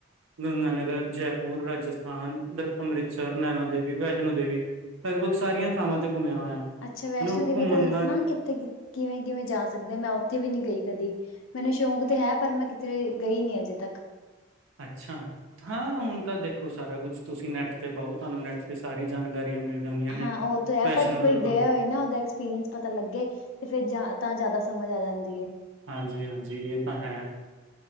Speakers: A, on the right; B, on the left.
A: ਗੰਗਾਨਗਰ, ਜੈਪੁਰ, ਰਾਜਸਥਾਨ, ਅੰਮ੍ਰਿਤਸਰ, ਨੈਣਾ ਦੇਵੀ, ਵੈਸ਼ਨੋ ਦੇਵੀ। ਲਗਭਗ ਸਾਰੀਆਂ ਥਾਵਾਂ ਤੇ ਘੁੰਮਿਆ ਹੋਇਆ। ਮੈਨੂੰ
B: ਅੱਛਾ ਵੈਸ਼ਨੋ ਦੇਵੀ
A: ਘੁੰਮਣ
B: ਦਾ ਦੱਸਣਾ ਕਿੱਥੇ ਕਿਵੇਂ ਕਿਵੇਂ ਜਾ ਸਕਦੇ ਆਂ ਮੈਂ ਉੱਥੇ ਵੀ ਨਹੀਂ ਗਈ ਕਦੀ ਮੈਨੂੰ ਸ਼ੌਂਕ ਤੇ ਹੈ ਪਰ ਮੈਂ ਕਿਧਰੇ ਗਈ ਨੀ ਅਜੇ ਤੱਕ
A: ਅੱਛਾ ਹਾਂ ਹੁਣ ਤਾਂ ਦੇਖੋ ਸਾਰਾ ਕੁਛ ਤੁਸੀਂ ਨੈੱਟ ਤੇ ਪਾਓ ਤੁਹਾਨੂੰ ਨੈੱਟ ਤੇ ਸਾਰੀ ਜਾਣਕਾਰੀਆਂ ਮਿਲ ਜਾਂਦੀਆਂ ਨੇ।
B: ਹਾਂ ਉਹ ਤੇ ਹੈ
A: ਵੈਸ਼ਨੋ
B: ਬਟ ਕੋਈ
A: ਦਰਬਾਰ
B: ਗਿਆ ਹੋਵੇ ਨਾ ਉਹਦਾ ਅੰਸ ਪਤਾ ਲੱਗੇ ਤੇ ਫੇਰ ਤਾਂ ਜ਼ਿਆਦਾ ਸਮਝ ਆ ਜਾਂਦੀ
A: ਹਾਂਜੀ ਹਾਂਜੀ ਇਹ ਤਾਂ ਹੈ